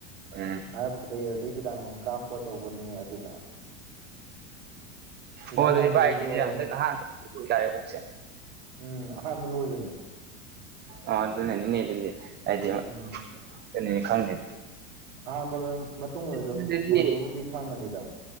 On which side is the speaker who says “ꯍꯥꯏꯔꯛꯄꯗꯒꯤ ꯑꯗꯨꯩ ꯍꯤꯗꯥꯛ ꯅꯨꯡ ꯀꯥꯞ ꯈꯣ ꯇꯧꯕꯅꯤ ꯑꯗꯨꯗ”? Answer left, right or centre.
Right